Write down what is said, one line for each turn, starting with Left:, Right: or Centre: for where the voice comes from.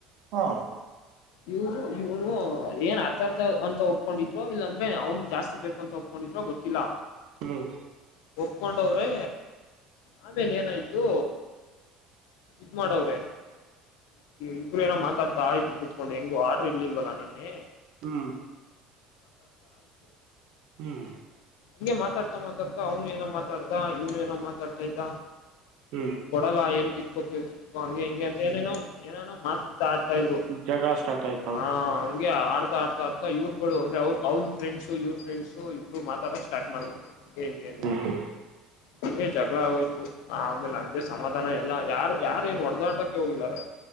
Right: ಹಾ
Left: ಇವ್ರು ಇವ್ನು ಏನ್ ಅರ್ಥ ಅರ್ಥ ಅಂತ ಒಪ್ಕೊಂಡಿದ್ರು ಇಲ್ಲಾಂದ್ರೆ ಅವ್ನು ಜಾಸ್ತಿ ಬೇಕು ಅಂತ ಒ ದ್ರೊ ಗೊತ್ತಿಲ್ಲ.
Right: ಹ್ಮ್
Left: ಒಪ್ಕೊಂಡವ್ರೆ ಆಮೇಲೆ ಏನಾಯ್ತು. ಇದ್ ಮಾಡವ್ರೆ ಇಬ್ರು ಏನೋ ಮಾತಾಡ್ತಾ ಆಯ್ತು ಕು ಹೆಂಗು ಆಡ್ರು ಇಲಿಲ್ವಲ್ಲ ಅದಿಕೆ.
Right: ಹ್ಮ್ ಹ್ಮ್
Left: ಹಿಂಗೆ ಮಾತಾಡ್ತಾ ಮಾತಾಡ್ತಾ ಅವನು ಏನೋ ಮಾತಾಡ್ದ ಇವನು ಏನೋ ಮಾತಾಡ್ತಾ ಇದ್ದ.
Right: ಹ್ಮ್
Left: ಕೊಡಲ್ಲ ಏನ್ ಕಿತ್ಕೊಂತಿಯೋ ಕಿತ್ಕೊ ಹಂಗೆ ಹಿಂಗೆ ಅಂತ ಏನೇನೋ ಏನೇನೋ ಮತ್ ಆಡ್ತಾ ಇದ್ರು.
Right: ತಿರುಗ ಸ್ಟಾರ್ಟ್ ಆಯ್
Left: ಹ ಹಂಗೆ ಆಡ್ತಾ ಆಡ್ತಾ ಆಡ್ತಾ ಇವ್ರುಗಳು ಅಂದ್ರೆ ಅವರು ಅವ್ರ ಫ್ರೆಂಡ್ಸ್ ಇವ್ರ ಫ್ರೆಂಡ್ಸ್. ಇಬ್ರು ಮಾತಾಡಕ್ ಸ್ಟಾರ್ಟ್ ಮಾಡ್ಬಿಟ್ಟು ಹಂಗೆ ಹಿಂಗೆ ಅಂತ
Right: ಹ್ಮ್ ಹ್ಮ್
Left: ಹಂಗೆ ಜಗಳ ಆಗೋಯ್ತು. ಆಮೇಲೆ ಅಂಗೆ ಸಮಾಧಾನ ಎಲ್ಲಾ ಯಾರ್ ಯಾರೇ ಏನ್ ಒಡೆದಾಟಕ್ಕೆ ಹೋಗಿದ್ದಾರೆ.